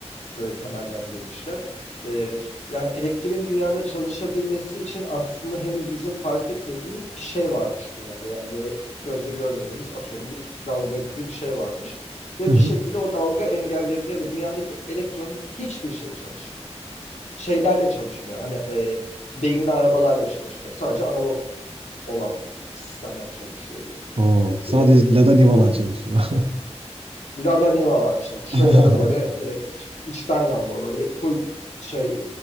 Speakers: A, on the left; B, on the right.
A: Şöyle temellendirmişler. E, yani elektriğin dünyada çalışabilmesi için aslında henüz bizim fark etmediğimiz bir şey varmış dünyada. Yani böyle gözle görmediğimiz atıyorum bir dalga gibi bir şey varmış. Ve
B: Hı
A: bir
B: hı.
A: şekilde o dalga engelleniyor ve dünyadaki elektronik hiçbir şey çalışmıyor. şeylerle çalışmıyor. Hani e, beyinli arabalarla çalışmıyor. Sadece analog olan sistemler çalışıyor diye.
B: Oo, sadece
A: E,
B: Lada Niva'lar
A: o di-
B: çalışıyor.
A: Lada Niva'lar çalışıyor
B: <laughs>
A: ya da böyle direkt işte içten yanmalı böyle full şey